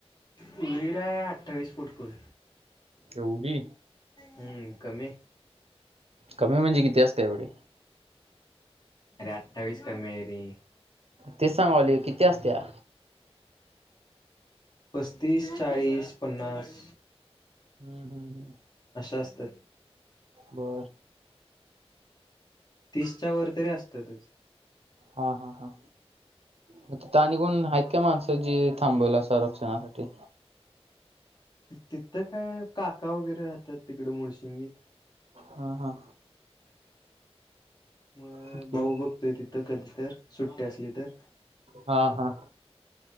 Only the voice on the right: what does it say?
एवढी
कमी म्हणजे किती असते एवढी?
तेच सांगालोय किती असतेया?
हम्म हम्म हम्म.
बर
हा हा हा मग तिथं कोण आहेत ऐ क्या माणसं जी थांबवला अस रक्षणासाठी
हा हा
ठीक
आहे
हा हा